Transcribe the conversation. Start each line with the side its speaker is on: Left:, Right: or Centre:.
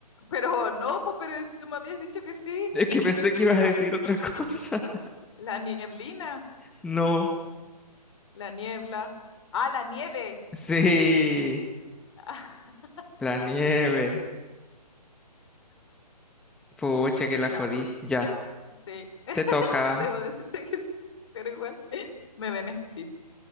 Left: Pero no, po, pero es- tú me habías dicho que sí.
Centre: Es que pensé que ibas a decir otra cosa. <laughs>
Left: La nieblina,
Centre: No.
Left: la niebla. Ah, la nieve.
Centre: Sí,
Left: <laughs>
Centre: la nieve. Pucha, que
Left: Ya,
Centre: la jodí. Ya,
Left: sí.
Centre: te toca.
Left: Debo decirte que sí, pero igual <laughs> me beneficia.